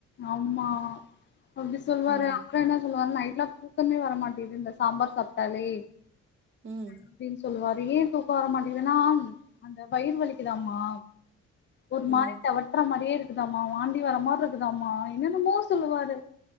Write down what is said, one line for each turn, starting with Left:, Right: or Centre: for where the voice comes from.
Left: ஆமா அப்டி சொல்லுவாரு
Right: ம்
Left: அப்பறோ என்ன சொல்லுவாரு நை ட்லா தூக்கமே வர மாட்டேது இந்த சாம்பார் சாப்ட்டாலே
Right: ம்
Left: அப்டின் சொல்லுவாரு து ஏன் தூக்கோ வர மாட்டிங்குதுனாம் அந்த வயிர் வலிக்குதாமா ஒரு மாரி
Right: ம்
Left: தெவட்ற மாரியே இருக் குதாம்மா வாந்தி வர மார்ருக் குதாம்மா என்னொன்னமோ சொல்லுவாரு